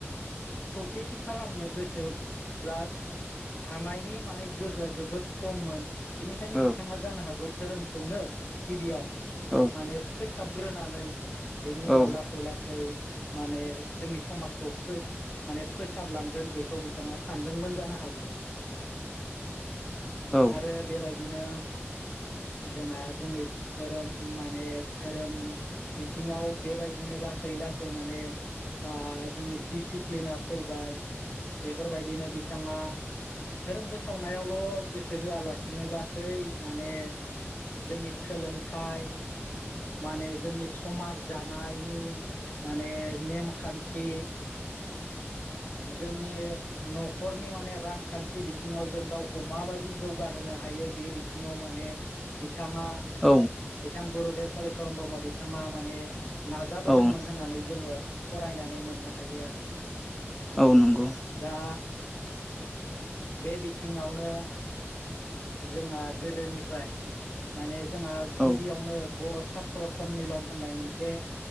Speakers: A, on the left (about 40°); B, in the centre.
A: खौसेथि खालामनो गोसोब्ला हानायनि माने गोहोया जोबोद खममोन बेनिखायनो
B: औ
A: बिथाङा जानो हागौ दोरोमखौनो गिबियाव
B: औ
A: माने फोसाबग्रोनानै बेनि उनाव
B: औ
A: लासै लासै माने जोंनि समाजखौ फोसा माने फोसाबलांगोन बेखौ बिथाङा सानदोंमोन जानो हागौ
B: औ
A: आरो बेबायदिनो जोंहा जोंनि दोरोम माने दोरोम बिथिङाव बेबायदिनो लासै लासै माने आ जोंनि दिडसिप्लिना फैबाय बेफोरबायदिनो बिथाङा ओरोम फोसावनायावल' गोसो होयालासिनो गासै माने जोंनि सोलोंथाइ माने जोंनि समाज दानायनि माने नेमखानथि जोंनि न'खरनि माने रांखानथि बिथिङाव जों गावखौ माबायदि जौगाहोनो हायो बे बिथिङाव माने बिथाङा
B: औ
A: बिथां गुरुदेब कालिचरन ब्रह्म बिथाङा माने नाजाबोदोंमोन
B: औ औ
A: होननानै जोङो फरायनानै मोननो हायो आरो
B: औ नंगौ
A: दा बे बिथिङावनो जोंहा गोदोनिफ्राय माने जोंहा गिबियावनो
B: औ
A: बर' सात्र सनमिलन होननाय मोनसे